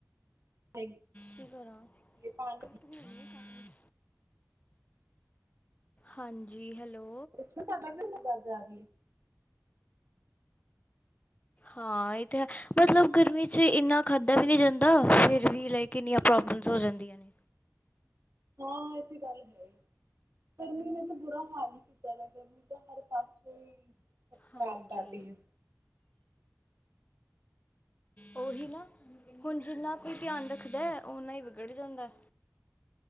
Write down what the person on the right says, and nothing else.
ਹੈਗੀ
ਪਾਣੀ ਦੀ
ਤੁਹਾਡਾ ਕਿਉਂ ਨਹੀਂ ਅਵਾਜ ਅ ਰਹਿ ਹੈ
ਹਾਂ ਇਹਤੇ ਗੱਲ ਹੈ ਹੀ। ਗਰਮੀ ਨੇ ਤਾਂ ਬੁਰਾ ਹਾਲ ਹੀ ਕੀਤਾ ਵਾ ਗਰਮੀ ਤਾਂ ਹਰ ਪਾਸੇ ਹੀ। ਸਭ ਖ਼ਰਾਬ
ਕਰ ਰਹੀ ਹੈ।